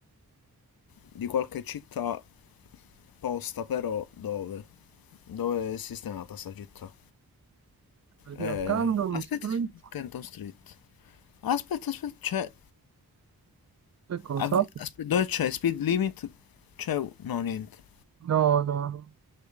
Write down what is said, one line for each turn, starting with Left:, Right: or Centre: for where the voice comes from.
Left: di qualche città posta però dove? Dove è sistemata sta città?
Right: Vediamo,
Left: Eh,
Right: Camden
Left: aspetta,
Right: Street.
Left: Canton Street. Aspetta, aspetta, c'è...
Right: Che cosa?
Left: avvi- aspe- dove c'è Speed Limit? C'è... un- no, niente.
Right: No, no, no.